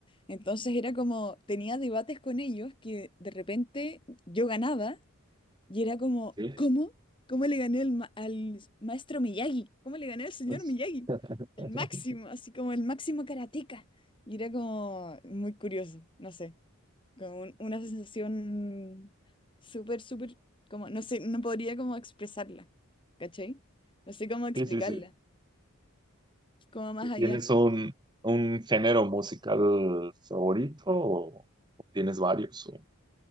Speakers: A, on the left; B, on the right.
A: Entonces era como, tenía debates con ellos que de repente yo ganaba y era como,
B: Sí.
A: ¿cómo? ¿Cómo le gané al, ma- al maestro Miyagi? ¿Cómo le gané al señor
B: Pues-
A: Miyagi?
B: <laughs>
A: El máximo, así como el máximo karateka. Y era como muy curioso, no sé, como un- una sensación súper, súper, como, no sé, no podría como expresarla, ¿cachai? No sé cómo explicarla
B: Sí, sí, sí.
A: como más allá.
B: ¿Tienes un, un género musical favorito o o tienes varios? ¿O,